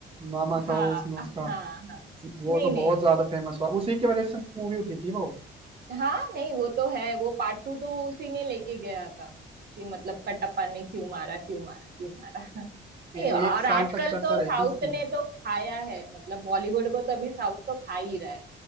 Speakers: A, on the right (about 25°); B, on the right (about 50°).
A: मामा
B: हाँ
A: था वो उसमें
B: हाँ
A: उसका
B: हाँ
A: वो
B: नहीं
A: तो
B: नहीं
A: बहुत ज्यादा फेमस हुआ उसी की वजह से मूवी उठी थी वो
B: नहीं हाँ नहीं वो तो है वो पार्ट टू तो उसी ने लेके गया था कि मतलब कटप्पा ने क्यों मारा क्यों मारा क्यों मारा नहीं
A: ए,
B: और
A: एक साल
B: आजकल
A: तक चर्चा
B: तो
A: रही
B: साउथ
A: थी इसकी
B: ने तो खाया है मतलब बॉलीवुड को तो अभी साउथ तो खा ही रहा है